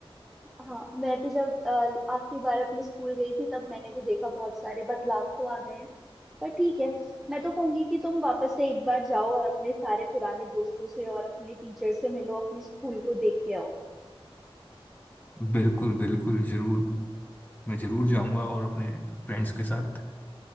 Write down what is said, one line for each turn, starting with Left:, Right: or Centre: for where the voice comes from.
Centre: हाँ मैं भी जब अ, आखिरी बार अपने स्कूल गई थी तब मैंने भी देखा बहुत सारे बदलाव तो आ गए हैं पर ठीक है मैं तो कहूंगी कि तुम वापस से एक बार जाओ और अपने सारे पुराने दोस्तों से और अपने टीचर से मिलो अपने स्कूल को देख के आओ
Left: बिल्कुल बिल्कुल ज़रूर मैं ज़रूर जाऊँगा और अपने फ्रेंड्स के साथ